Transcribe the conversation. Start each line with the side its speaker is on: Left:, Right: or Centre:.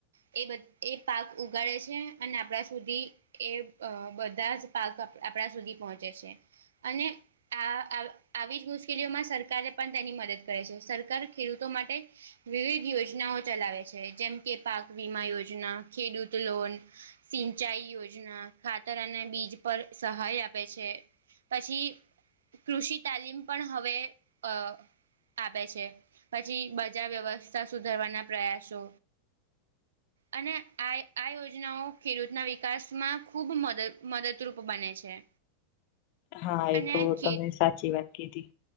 Right: એ બ એ પાક ઉગાડે છે અને આપણા સુધી એ અ બધા જ પાક આપ આપણા સુધી પહોંચે છે અને આ અ આવી જ મુશ્કેલીઓમાં સરકારે પણ તેની મદદ કરે છે સરકાર ખેડૂતો માટે વિવિધ યોજનાઓ ચલાવે છે જેમ કે પાક વીમા યોજના ખેડૂત લોન સિંચાઈ યોજના ખાતર અને બીજ પર સહાય આપે છે પછી કૃષિ તાલીમ પણ હવે અ આપે છે પછી બજાર વ્યવસ્થા સુધારવાના પ્રયાસો અને આ આ યોજનાઓ ખેડૂતના વિકાસમાં ખૂબ મદ મદદરૂપ બને છે.
Left: હા
Right: અને
Left: એ તો
Right: ખેત
Left: તમે સાચી વાત કીધી.